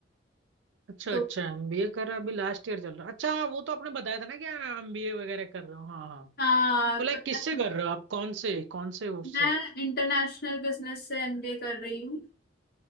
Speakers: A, on the right (about 75°); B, on the left (about 55°).
A: अच्छा
B: तो
A: अच्छा एमबीए कर रहा अभी लास्ट ईयर चल रहा अच्छा हाँ वो तो आपने बताया था ना क्या एमबीए वगैरह कर रहे हो हाँ हाँ
B: हाँ
A: तो लाइक
B: प-
A: किससे कर रहे हो आप कौन से कौन से उससे
B: मैं इंटरनेशनल बिजनेस से एमबीए कर रही हूँ